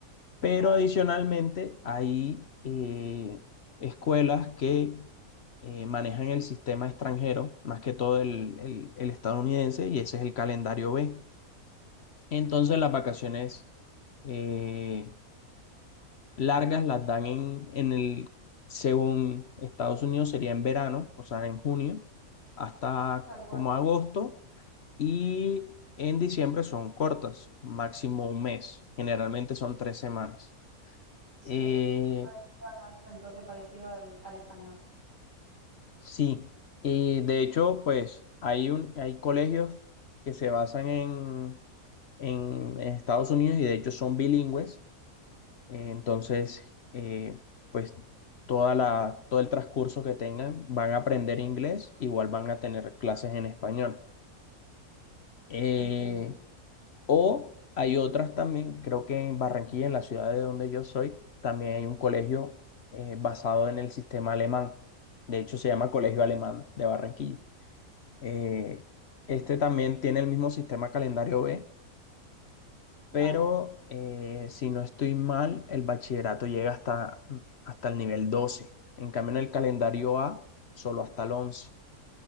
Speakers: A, on the left; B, on the right.
A: Pero
B: claro,
A: adicionalmente hay eh, escuelas que eh, manejan el sistema extranjero, más que todo el, el- el estadounidense, y ese es el calendario B. Entonces las vacaciones eh, largas las dan en, en el, según Estados Unidos, sería en verano, o sea, en junio, hasta
B: claro, igual.
A: como agosto, y en diciembre son cortas, máximo un mes, generalmente son tres semanas.
B: Sí,
A: Eh,
B: parecido al nuestro, entonces parecido al, al español.
A: Sí, y de hecho, pues hay un, hay colegios que se basan en, en Estados Unidos y de hecho son bilingües. Eh, entonces, eh, pues toda la, todo el transcurso que tengan van a aprender inglés, igual van a tener clases en español. Eh,
B: Entienden.
A: o hay otras también, creo que en Barranquilla, en la ciudad de donde yo soy, también hay un colegio eh, basado en el sistema alemán. De hecho, se llama Colegio Alemán de Barranquilla. Eh, este también tiene el mismo sistema calendario B,
B: Vale.
A: pero eh, si no estoy mal, el bachillerato llega hasta, hasta el nivel doce, En cambio, en el calendario A, solo hasta el once.